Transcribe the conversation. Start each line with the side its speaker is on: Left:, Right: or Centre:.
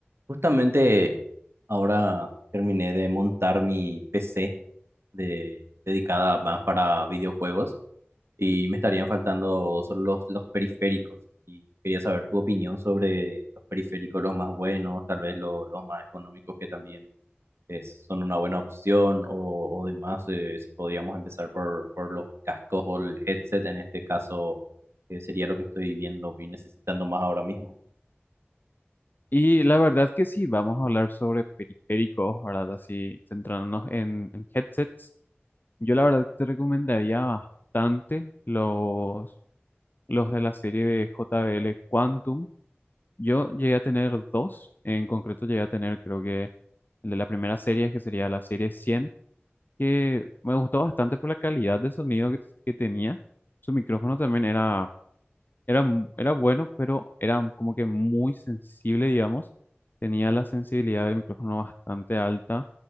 Right: Justamente ahora terminé de montar mi PC de, dedicada más para videojuegos y me estarían faltando solo los, los periféricos. Y quería saber tu opinión sobre los periféricos, los más buenos, tal vez lo- los más económicos que también es- son una buena opción o, o demás. eh, si podíamos empezar por, por los cascos o el headset en este caso, que sería lo que estoy viendo y necesitando más ahora mismo.
Left: Y la verdad que sí, vamos a hablar sobre periféricos, ¿verdad? Así centrándonos en, en headsets. Yo la verdad que te recomendaría bastante los, los de la serie de JBL Quantum. Yo llegué a tener dos, en concreto llegué a tener creo que el de la primera serie, que sería la serie 100, que me gustó bastante por la calidad de sonido que, que tenía. Su micrófono también era era, mu- era bueno, pero era como que muy sensible, digamos. Tenía la sensibilidad del micrófono bastante alta,